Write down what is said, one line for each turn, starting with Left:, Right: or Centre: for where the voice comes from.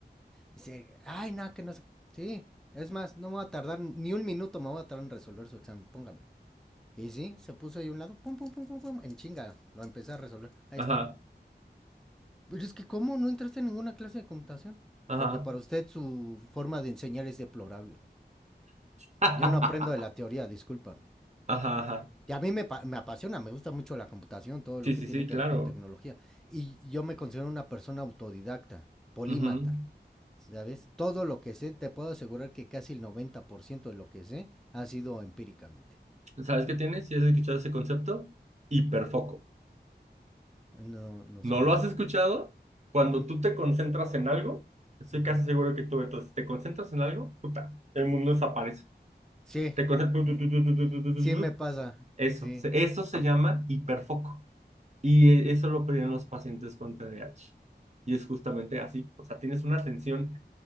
Centre: Dice, ay, no, que no sé. Sí, es más, no me va a tardar ni un minuto, me va a tardar en resolver su examen, póngamelo. Y sí, se puso ahí a un lado, pum, pum, pum, pum, pum, en chinga, lo empecé a resolver. Ahí
Right: Ajá,
Centre: está. Pero es que, ¿cómo no entraste en ninguna clase de computación?
Right: ajá.
Centre: Porque para usted su forma de enseñar es deplorable.
Right: <laughs> Ajá,
Centre: Yo no aprendo de la teoría, discúlpame.
Right: ajá.
Centre: Y a mí me, pa- me apasiona, me gusta mucho la computación, todo lo
Right: Sí, sí,
Centre: que tiene
Right: sí, claro.
Centre: que ver con tecnología. Y yo me considero una persona autodidacta, polímata,
Right: Ujú.
Centre: ¿sabes? Todo lo que sé, te puedo asegurar que casi el 90% de lo que sé ha sido empíricamente.
Right: ¿Sabes qué tienes? si has escuchado ese concepto? Hiperfoco.
Centre: No, no
Right: ¿No
Centre: sabía.
Right: lo has escuchado? Cuando
Centre: Mm, mm,
Right: tú te concentras en algo, estoy
Centre: ujú.
Right: casi seguro que tú, entonces, te concentras en algo, puta, el mundo desaparece.
Centre: Sí,
Right: Te concentras,
Centre: eh,
Right: tu, tu, tu, tu, tu, tu, tu, tu,
Centre: sí me
Right: tu.
Centre: pasa,
Right: Eso,
Centre: sí.
Right: se- eso se llama hiperfoco. Y eh, eso lo piden los pacientes con TDAH. Y es justamente así, o sea, tienes una atención